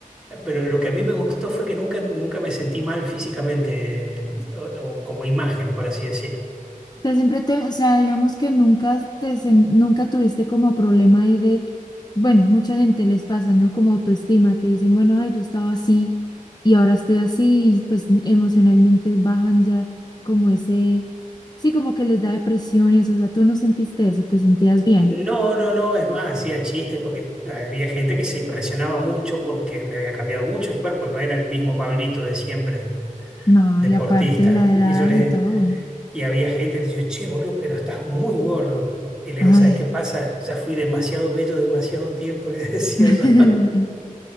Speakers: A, in the centre; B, on the left (about 30°).
A: Pero lo que a mí me gustó fue que nunca, nunca me sentí mal físicamente, eh, o, o como imagen, por así decir.
B: sea, siempre te, o sea, digamos que nunca te, sen- nunca tuviste como problema ahí de, bueno, mucha gente les pasa, ¿no? Como autoestima, que dicen, bueno, ay, yo estaba así y ahora estoy así, y pues emocionalmente bajan ya como ese, sí, como que les da depresión y eso, o sea, tú no sentiste eso, te sentías bien.
A: No, no, no, es más, hacía chistes porque había gente que se impresionaba mucho porque me había cambiado mucho el cuerpo, no era el mismo Pablito de siempre,
B: No,
A: deportista.
B: y aparte la
A: Y
B: edad
A: yo les,
B: y todo.
A: Y había gente que decía, che, boludo, pero estás muy gordo. Y le
B: Ay,
A: digo, ¿sabes qué pasa? Ya fui demasiado bello demasiado tiempo, <laughs> le decía
B: <laughs>
A: yo.